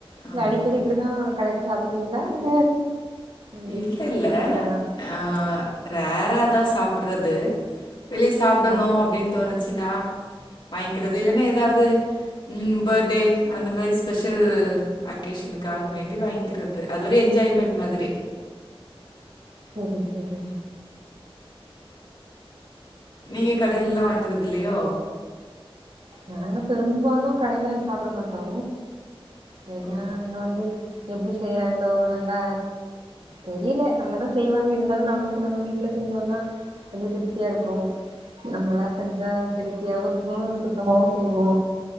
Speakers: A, on the right; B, on the left.
A: இல்ல
B: ஆமாமா
A: அடிக்கடி இப்டிதா கடைல சாப் டுவீங்ளா இல்ல எப்டி
B: இல்ல இல்ல
A: இன்னைக்கு தானா
B: அ ரேராதா சாப் ப்டறது வெளிய சாப்பிடணு
A: ஆ
B: அப்டின்னுதோணுச் ச்னா வாங்கிக்கிறது இல்லனா ஏதாவது ம் பர்த்டே அந்த மாரி ஸ்பெஷல் அக்கேஷனுக்காக வேண்டி வாங்கிக்கிறது அது ஒரு என்ஜாய்மெண்ட் மாதிரி
A: சரி சரி
B: நீங்க கடைலல்லா வாங்கறது இல்லையோ
A: நாங்க பெரும்பாலு கடைல சாப்பட மாட்டோ ஏனா
B: ஓ
A: அங்க வந்து எப்டி செய்யறாங்களோ நல்லா தெரியல நல்லாதா செய்வாங்க இருந்தாலு நம்மளுக்கு நம்ம வீட்ல செஞ்சோனா கொஞ்சம் திருப்தியா இருக்கு நம்மல்லா செஞ்சா ஹெல்த்தியாவும் இருக்கு சுத்தமாவு செய்வோ